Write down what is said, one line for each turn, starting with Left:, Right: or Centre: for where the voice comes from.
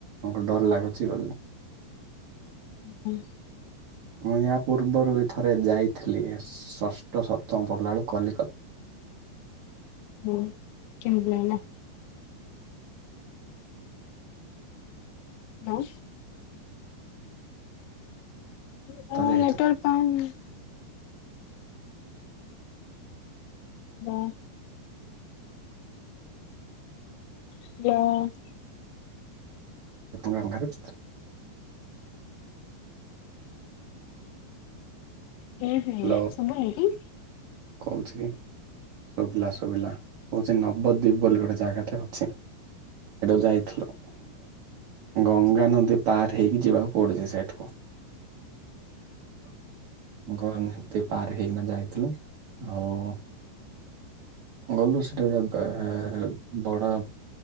Right: ଆମକୁ ଡର ଲାଗୁଛି ଗଲେ।
Left: ହୁଁ ହୁଁ।
Right: ମୁଁ ଏୟା ପୂର୍ବରୁ ବି ଥରେ ଯାଇଥିଲି ଷଷ୍ଠ ସପ୍ତମ ପଢ଼ିଲାଳୁ କଲିକତ
Left: ହୁଁ କେମତି ଲାଗିଲା? ହ୍ୟାଲୋ। ତମ
Right: ଯାଇଥିଲି।
Left: କେଟୱାକ୍ ପାଉନି। ମୋ ହ୍ୟାଲୋ।
Right: <unintelligible>
Left: ହୁଁ ହୁଁ
Right: ହ୍ୟାଲୋ
Left: ଶୁଭୁନି କି?
Right: କହୁଛି କି ଶୁଭିଲା ଶୁଭିଲା କହୁଛି ନବଦ୍ୱୀପ ବୋଲି ଗୋଟେ ଜାଗାଟେ ଅ ଛି ଏଟାକୁ ଯାଇଥିଲ? ଗଙ୍ଗାନଦୀ ପାର ହେଇକି ଯିବାକୁ ପଡୁଛି ସେଇଠିକୁ। ଗଙ୍ଗ ତୀ ପାର ହେଇକିନା ଯାଇଥିଲୁ ଆଉ ଗଲୁ ସେଟା ଗୋଟେ ଏ ବଡ